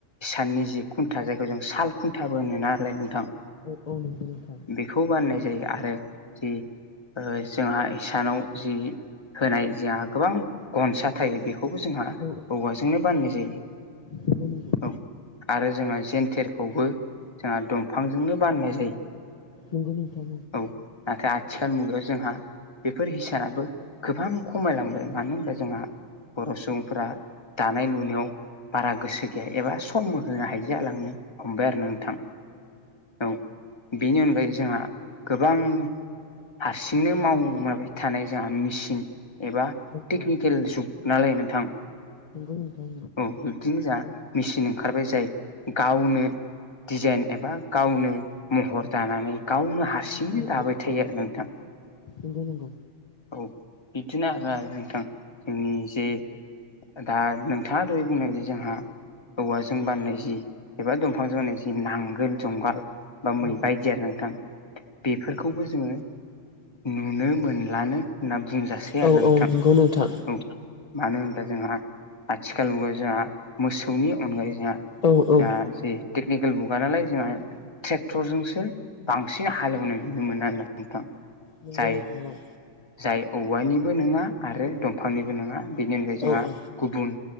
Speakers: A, on the left (about 25°); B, on the left (about 40°).
A: इसाननि जि खुन्था जाय जों साल खुन्थाबो नालाय नोंथां।
B: औ औ नंगौ नोंथां।
A: बेखौ बान्नाय जायो आरो जि जोंहा इसानाव जि होनाय जोंहा गोबां गनसा थायो बेखौ खौबो जोंहा
B: औ
A: औवाजोंनो बाननाय जायो
B: नंगौ नंगौ
A: औ। आरो जोङो जेेनथेरखौबो जोंहा दंफांजोंनो बाननाय जायो।
B: नंगौ नोंथां।
A: औ नाथाय आथिखाल मुगायाव जोंहा बेफोर हिसानाबो गोबां खमायलांबाय मानो होनबा जोंहा बर' सुबुं फ्रा दानाय लुनायाव बारा गोसो गैया एबा सम होनो हायो जालांनो हमबाय आरो नोंथां औ बेनि अनगायै जोंहा गोबां हारसिंनो माबाय थानाय जोंहा मेसिन एबा
B: औ
A: टेकनिकेल
B: औ
A: जुग नालाय नोंथां
B: नंगौ नोंथां
A: औ बिब्दिनो जा मेसिन ओंखारबाय जायो गावनो दिजाइन एबा गावनो महर दानानै गावनो हारसिं बिदिनो
B: औ
A: दाबाय
B: औ
A: थायो आरो नोंथां।
B: नंगौ नंगौ
A: औ बिदिनो आरो नोंथां जोंनि जे
B: औ औ
A: दा नोंथाङा दहाय बुंनायादि जोंहा औवाजों बानायनाय जि एबा दंफांजों बानायनाय जि नांगोल जुंगाल बा मै
B: औ
A: बायदि आरो नोंथां बेफोरखौबो जोङो नुनो मोनलानो होनना बुंजासै
B: औ
A: आरो नोंथां
B: औ नंगौ
A: औ
B: नोंथां
A: मानो होनब्ला जोंहा आथिखाल मुगायाव जोंहा मोसौनि अनगायै जोंहा
B: औ औ
A: <unintelligible> टेकनिकेल मुगा नालाय जोंहा ट्रेक्टरजोंसो बांसिन हालेवनो नुनो मोनो नोंथां।
B: नंगौ
A: जाय
B: नोंथा औ
A: जाय औवानिबो नङा आरो दंफांनिबो नङा बेनि अनगायै जोंहा
B: औ औ
A: गुबुन